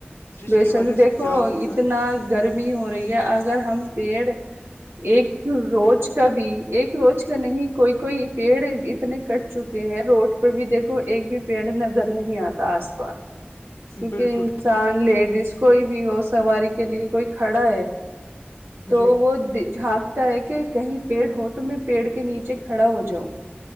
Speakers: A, on the left; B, on the right.
A: جس
B: بےشک
A: کی وجہ
B: دیکھو
A: سے کیا ہوتا
B: اتنا گرمی ہو رہی ہے اگر ہم پیڑ ایک روز کا بھی ایک روز کا نہیں کوئی کوئی پیڑ اتنے کٹ چکے ہیں روڈ پہ بھی دیکھو ایک بھی پیڑ نظر نہیں آتا آس پاس
A: ہے
B: کیونکہ
A: بالکل
B: انسان لیڈیز کوئی بھی ہو سواری کے لیے کوئی کھڑا ہے تو
A: جی
B: وہ جھانکتا ہے کہ کہیں پیڑ ہو تو میں پیڑ کے نیچے کھڑا ہو جاؤ